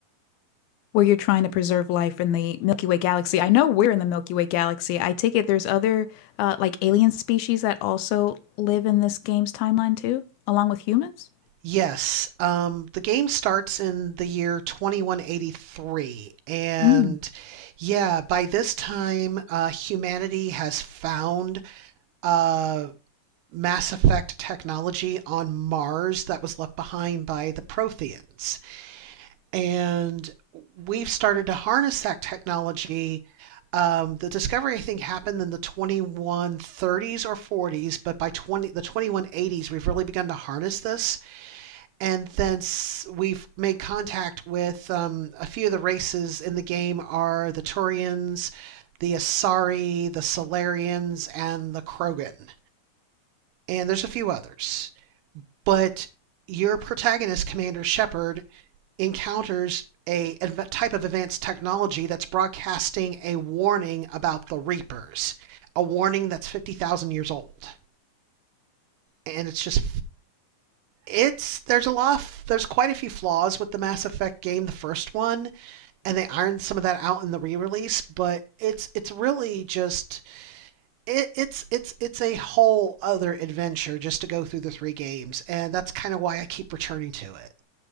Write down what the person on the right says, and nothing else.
Yes, um, the game starts in the year 2183, and
yeah, by this time, uh, humanity has found uh, Mass Effect technology on Mars that was left behind by the Protheans, and we've started to harness that technology. Um, the discovery, I think, happened in the 2130s or 40s, but by 20 the 2180s, we've really begun to harness this and thence we've made contact with um, a few of the races in the game are the Turians, the Asari, the Solarians, and the Krogan. And there's a few others. But your protagonist, Commander Shepard, encounters a type of advanced technology that's broadcasting a warning about the Reapers, a warning that's 50,000 years old. And it's just it's there's a lot of, there's quite a few flaws with the Mass Effect game, the first one, and they ironed some of that out in the re-release, but it's it's really just it, it's it's it's a whole other adventure just to go through the three games, and that's kind of why I keep returning to it.